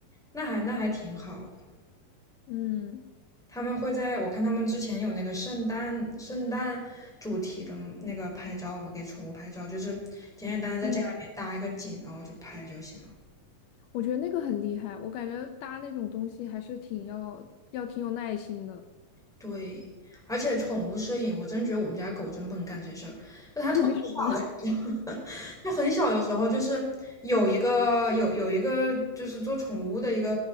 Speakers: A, in the centre; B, on the left.
A: 那还那还挺好的。
B: 嗯
A: 他们会在我看他们之前有那个圣诞圣诞主题的那个拍照嘛，给宠物拍照，就是简简单单在家里面搭一个景，
B: 嗯，
A: 然后就拍就行。了。
B: 我觉得那个很厉害，我感觉搭那种东西还是挺要要挺有耐心的。
A: 对，而且宠物摄影，我真觉得我们家狗真不能干这事儿。就它特别小的时候，
B: <laughs> 为什么？<laughs>
A: <laughs> 它很小的时候，就是有一个有有一个就是做宠物的一个